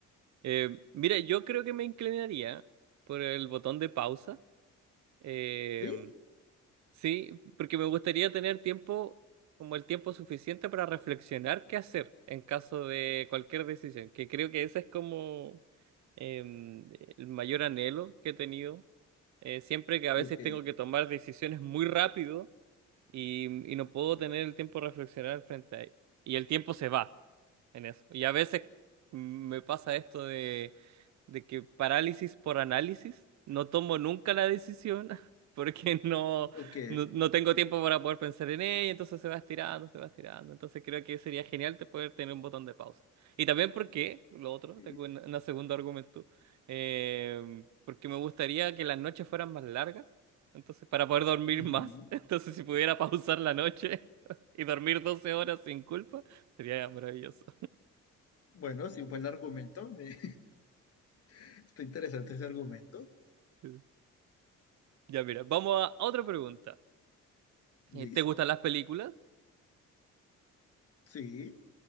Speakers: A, on the right (about 65°); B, on the left (about 50°).
A: Eh, mira, yo creo que me inclinaría por el botón de pausa. Em,
B: ¿Sí?
A: Sí, porque me gustaría tener tiempo, como el tiempo suficiente para reflexionar qué hacer en caso de cualquier decisión, que creo que ese es como em, el mayor anhelo que he tenido. Eh, siempre que a veces
B: Ok,
A: tengo que tomar decisiones muy rápido y, y no puedo tener el tiempo de reflexionar frente a ello. Y el tiempo se va en eso. Y a veces me pasa esto de, de que parálisis por análisis, no tomo nunca la decisión <laughs> porque no,
B: ok.
A: no, no tengo tiempo para poder pensar en ella, entonces se va estirando, se va estirando. Entonces creo que sería genial te poder tener un botón de pausa. Y también porque, lo otro,
B: sí.
A: tengo un, un segundo argumento, eh, porque me gustaría que las noches fueran más largas, entonces para poder dormir
B: Ujú.
A: más, <laughs> entonces si pudiera pausar la noche. <laughs> Y dormir 12 horas sin culpa sería maravilloso.
B: Bueno, sí, un buen argumento. Me, <laughs> está interesante ese argumento.
A: Ya, mira, vamos a otra pregunta.
B: Listo.
A: Eh, ¿Te gustan las películas?
B: Sí.